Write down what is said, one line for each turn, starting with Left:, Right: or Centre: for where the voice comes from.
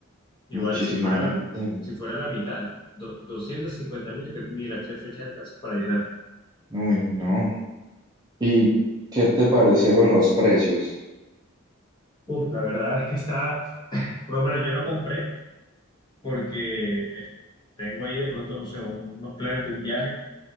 Left: igual
Right: muchísima
Left: si fuera la,
Right: gente.
Left: si fuera la mitad, do- 250 mil, que ni las tres fechas alcanzas para llenar.
Right: Uy, no. ¿Y qué te parecieron los precios?
Left: Uf, la verdad es que está, por lo menos yo no compré porque eh, tengo ahí de pronto, no sé, unos planes de un viaje